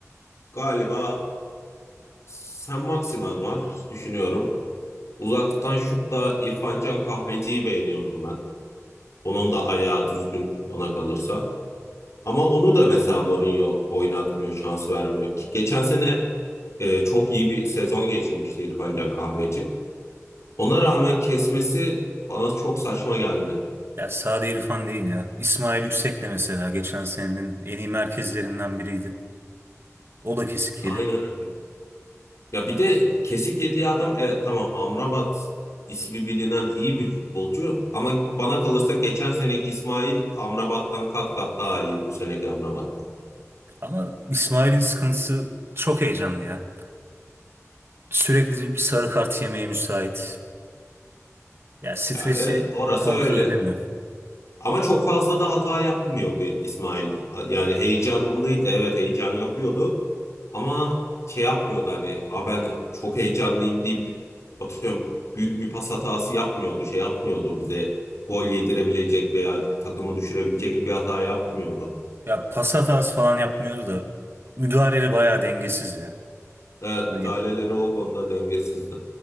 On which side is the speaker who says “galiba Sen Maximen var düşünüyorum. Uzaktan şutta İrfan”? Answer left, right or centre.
Left